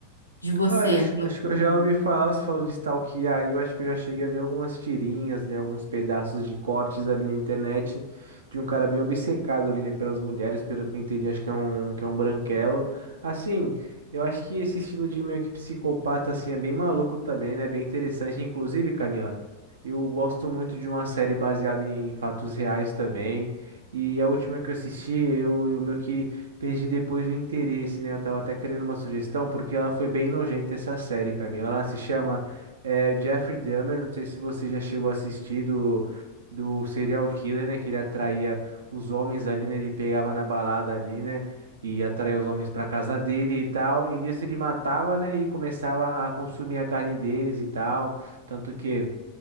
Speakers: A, on the left; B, on the right.
A: de você,
B: Olha, acho,
A: no
B: acho que
A: caso.
B: eu já ouvi falar, você falou de stalkear, aí eu acho que eu já cheguei a ver algumas tirinhas, né, alguns pedaços de cortes ali na internet de um cara bem obcecado ali, né, pelas mulheres, pelo que eu entendi, acho que é um, que é um branquelo. Assim, eu acho que esse estilo de meio que psicopata, assim, é bem maluco também, né, bem interessante. Inclusive, Camila, eu gosto muito de uma série baseada em fatos reais também, e a última que eu assisti, eu, eu meio que Perdi depois o interesse, né? Eu tava até querendo uma sugestão, porque ela foi bem nojenta essa série, Camila. Ela se chama eh, Jeffrey Dahmer. Não sei se você já chegou a assistir do, do serial killer, né? Que ele atraía os homens ali, né? Ele pegava na balada ali, né? E atraía os homens pra casa dele e tal. E nisso ele matava, né? E começava a consumir a carne deles e tal. Tanto que.